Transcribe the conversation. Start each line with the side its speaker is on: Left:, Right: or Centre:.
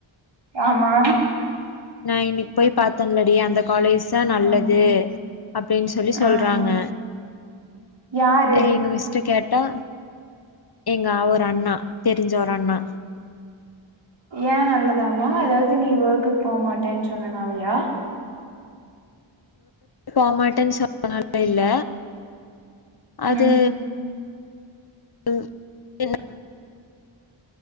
Right: ஆமா
Left: நான் இன்னைக்கு போய் பாத்தேன்லடி அந்த காலேஜ் தான் நல்லது
Right: ஆம்
Left: அப்படின்னு சொல்லி சொல்றாங்க
Right: ஆ யாரு
Left: எங்க மிஸ்ட்ட கேட்டா எங்க அவரு அண்ணா தெரிஞ்ச ஒரு அண்ணா
Right: ஏன் நல்லதாமா அதாவது நீ ஒர்க்குக்கு போமாட்டேன்னு சொன்னனாலயா
Left: இ போமாட்டேன்னு சொன்னால இல்ல அது
Right: ம்
Left: ம் என்ன